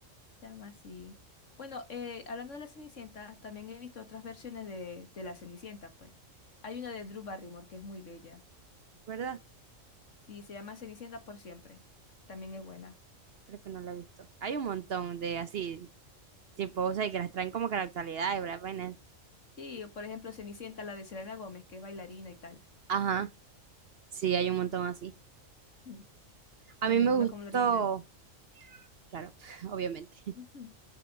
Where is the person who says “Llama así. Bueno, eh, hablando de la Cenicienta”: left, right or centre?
Left